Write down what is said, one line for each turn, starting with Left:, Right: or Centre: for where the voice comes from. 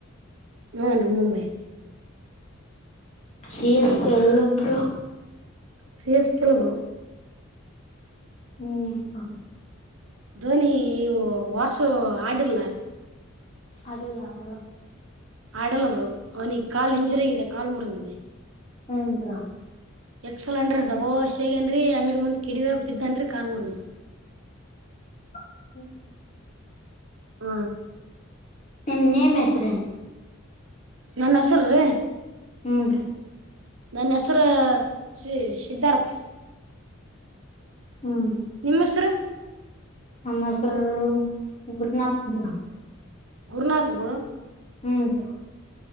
Right: ಹಾ ಮುಂಬೈ
Left: ಸಿ ಎಸ್ ಪಿ ಎಲ್ಲ ಬರ
Right: ಸಿ ಎಸ್ ಕೆಲ ಬರ
Left: ಹ್ಮ್ ಹ
Right: ಧೋನಿ ವರ್ಸು ಆಡಿರ್ಲ್ಲ
Left: ಅದಿಲ್ಲ ಅವರು
Right: ಆಡಲ್ಲಬ್ರು ಅವ್ನಿಗೆ ಕಾಲ್ ಇಂಜುರಿ ಆಗಿದೆ ಕಾಲ್ ಮುರದಿದೆ
Left: ಹ್ಬ್ರೋ
Right: ಎಕ್ಸಲನ್್ರಿ ದಬೋೇಗನ್ರಿ ಅಂಗಡಿ ಮುಂದ್ ಕಿಡಿವ ಬಿದ್ದನ್ರಿ ಕಾಬರ್
Left: <inaudible> ಹ್ಮ ಹ್ಮ
Right: ಹ್ಮ
Left: ನಿಮ್ ನೇಮ ಹೆಸ್ರನ್
Right: ನಾನ್ ಹಸರೀ
Left: ಹೂನ್
Right: ನನ್ನ ಹೆಸರು ಶ ಸಿದ್ಧಾರ್ಥ
Left: ಹ್ಮ್
Right: ನಿಮ್ಮ ಹೆಸರು
Left: ನಮ್ಮ ಸರ್ ಗುರುನಾಥಪುರ
Right: ಗುರುನಾಥ ಬುಳ
Left: ಹ್ಮ್